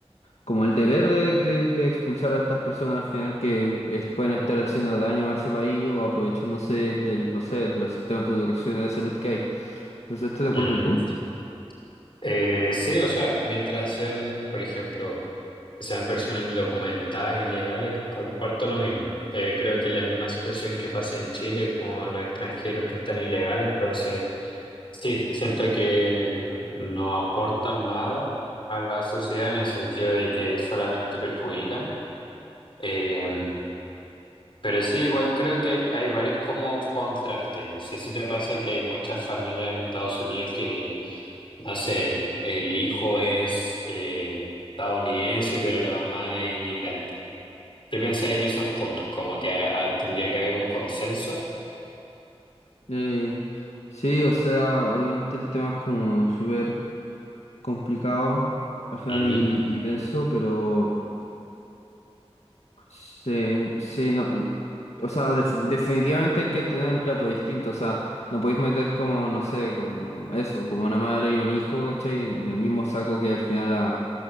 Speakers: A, on the left; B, on the left.
A: como el deber de, de- de expulsar a estas personas al final que es- pueden estar haciendo daño a ese país o aprovechándose del, no sé, de los sistemas de educación y de salud que hay. Entonces, estoy de
B: ujú.
A: acuerdo. ¿Y tú?
B: Eh, sí, o sea, mientras sean, por ejemplo, sean personas indocumentadas, ilegales, comparto lo mismo. Eh, creo que es la misma situación que pasa en Chile con los extranjeros que están ilegales, entonces sí, siento que no aportan nada a la sociedad en el sentido de que solamente perjudican. Eh, pero sí, igual creo que hay, hay varios como contrastes. No sé si te pasa que hay muchas familias en Estados Unidos que, no sé, el hijo es eh, estadounidense, pero la mamá es inmigrante. ¿Qué pensáis en esos puntos? Como que ah, tendría que haber un consenso.
A: Eh, sí, o sea, obviamente el tema es como súper complicado al final
B: Ujú,
A: y, y denso, pero... Sí, sí, no, o sea, def- definitivamente hay que tener un trato distinto, o sea, no podéis meter como, no sé, como eso, como una madre y un hijo, ¿cachai? En el mismo saco que al final a,